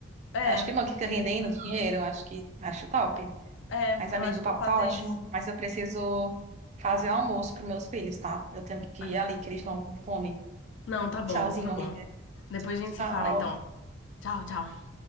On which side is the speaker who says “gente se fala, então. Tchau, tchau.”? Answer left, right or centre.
Left